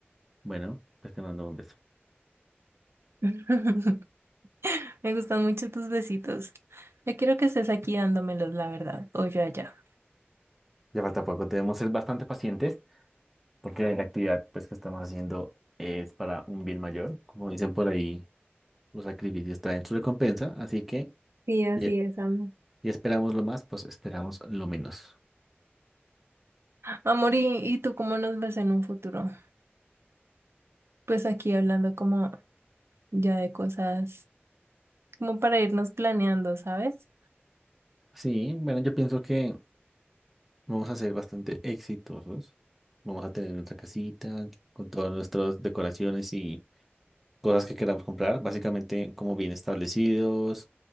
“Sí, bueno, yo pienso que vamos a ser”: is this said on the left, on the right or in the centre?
Centre